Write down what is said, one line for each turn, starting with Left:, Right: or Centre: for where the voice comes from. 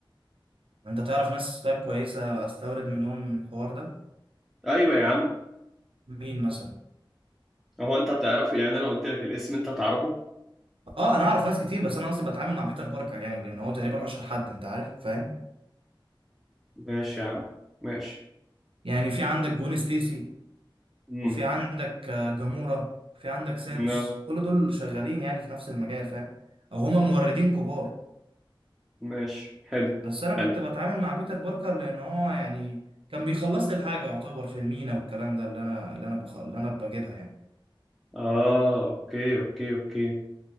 Right: انت تعرف ناس طيب كويسه استورد منهم الحوار ده
Centre: ايوه يا عم
Right: مين مثلا
Centre: هو انت هتعرفه يعني انا لو قلت لك الاسم انت هتعرفه
Right: اه انا اعرف ناس كتير بس انا قصدي بتعامل مع بيتر باركر يعني لان هو تقريبا اشهر حد انت عارف فاهم
Centre: ماشي يا عم ماشي
Right: يعني في عندك جون ستيسي
Centre: امم
Right: وفي عندك آه، جامورا في عندك سانوس
Centre: لا
Right: كل دول شغالين يعني في نفس المجال فاهم او هما موردين كبار
Centre: ماشي حلو
Right: بس انا كنت
Centre: حلو
Right: بتعامل مع بيتر باركر لان هو يعني كان بيخلص لي الحاجه يعتبر في المينا والكلام ده اللي انا اللي انا بخ... اللي انا بجيبها يعني
Centre: اه اوكي اوكي اوكي